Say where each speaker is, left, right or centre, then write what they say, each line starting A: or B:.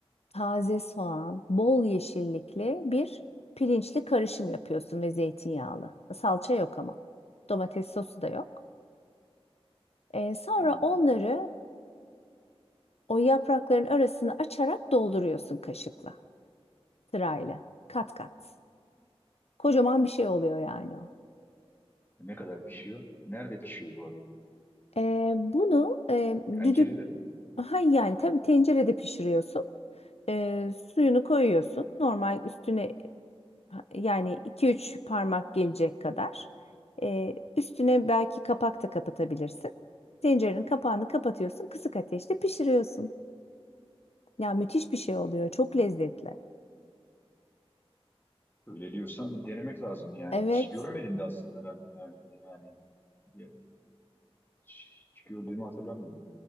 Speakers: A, on the left (about 80°); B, on the left (about 20°).
A: taze soğan, bol yeşillikli bir pirinçli karışım yapıyorsun ve zeytinyağlı. Salça yok ama. Domates sosu da yok. E, sonra
B: anladım.
A: onları
B: E,
A: O yaprakların arasını açarak dolduruyorsun kaşıkla sırayla kat kat. Kocaman bir şey oluyor yani o.
B: Ne kadar pişiyor? Nerede pişiyor bu arada?
A: Ee, bunu e,
B: Tencerede
A: düdük
B: mi?
A: ha yani tabii tencerede pişiriyorsun. Ee, suyunu koyuyorsun. Normal üstüne ha- yani iki üç parmak gelecek kadar. Ee, üstüne belki kapak da kapatabilirsin. Tencerenin kapağını kapatıyorsun. Kısık ateşte pişiriyorsun. Ya müthiş bir şey oluyor. Çok lezzetli.
B: Öyle diyorsan bir denemek lazım yani.
A: Evet.
B: Hiç görmedim de aslında ben yani, yani ya- hiç, hiç gördüğümü hatırlamıyorum.